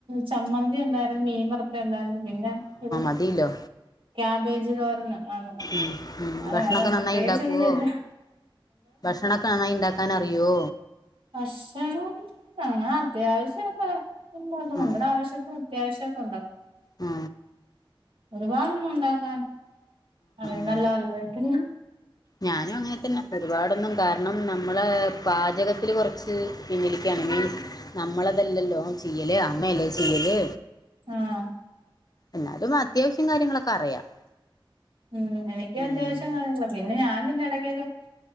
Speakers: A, on the right; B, on the left.
A: ചമ്മന്തിയുണ്ടായിരുന്നു മീൻവറ്ത്തെണ്ടായിരുന്നു പിന്നെ ഒരു
B: മതില്ലോ
A: ക്യാബേജ് തോരനും ആന്ന് ആന്നാ
B: ഉം ഉം
A: അല്ലാ
B: ഭക്ഷണൊക്കെ
A: വേറെ
B: നന്നായി
A: പ്രത്യേകിച്ചൊന്നുല്ല
B: ഇണ്ടാക്കുവോ ഭക്ഷണൊക്കെ നന്നായി ണ്ടാക്കാൻറിയോ?
A: ഭക്ഷണം ഞങ്ങൻ അത്യാവശ്യക്കെ ണ്ടാക്കും
B: ആഹ്
A: മ്മുടെ ആവശ്യത്തിന് ക്യാഷ്യൊക്കെ ണ്ടോ
B: ആ
A: ഒരുപാടൊന്നും ഉണ്ടാക അത
B: ആഹ്
A: നല്ല വല്ലല്ല
B: ഞാനും അങ്ങനെ തന്നെ ഒരുപാടൊന്നും കാരണം നമ്മള പാചകത്തില് കുറച്ച് പിന്നലിക്കയാണ് മീൻസ് നമ്മളതല്ലല്ലോ ചെയ്യല് അമ്മയല്ലേ ചെയ്യല്
A: ആഹ്
B: എന്നാലും അത്യാവശ്യം കാര്യങ്ങളൊക്കെ അറിയാം
A: ഉം എനിക്ക്
B: ഉം.
A: അത്യാവശ്യം കാണുള്ള പിന്നെ ഞാൻ പിന്നെ ഇടക്കൊക്കെ